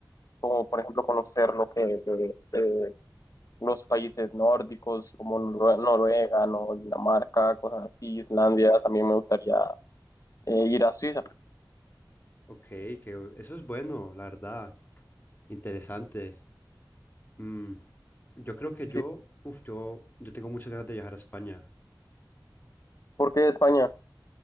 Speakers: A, on the left; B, on the left.
A: como por ejemplo conocer lo que eh, eh, los países nórdicos como Norue- Noruega, ¿no? Dinamarca, cosas así, Islandia, también me gustaría eh, ir a Suiza.
B: Ok, que eso es bueno, la verdad. Interesante. Mm, yo creo que yo,
A: Sí.
B: uf, yo, yo tengo muchas ganas de viajar a España.
A: ¿Por qué España?